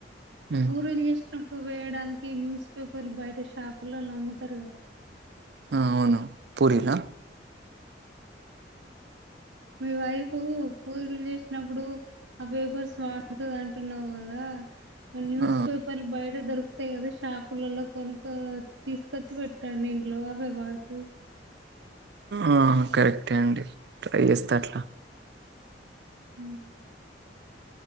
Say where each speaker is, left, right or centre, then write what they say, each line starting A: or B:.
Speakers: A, on the right (about 65°); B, on the right (about 85°).
A: ఉమ్,
B: పూరీలు చేస్ నప్పుడు వేయడానికి న్యూస్ పేపర్లు బయట షాపులలో అమ్ముతారు కదా
A: ఆ అవును పూరిలా
B: మీ వైఫ్ పూరీలు చేసినప్పుడు ఆ పేపర్స్ వార్తది అంటున్నావు గాదా మరి న్యూస్
A: ఆ
B: పేపర్లు బయట దొరుకు తాయ్ కదా షాపులలో కొనుక తీసుకొచ్చి పెట్టండి ఇంట్లో అవి వాడుతది.
A: ఆహా కరెక్టే అండి ట్రై చేస్తా అట్లా
B: ఉమ్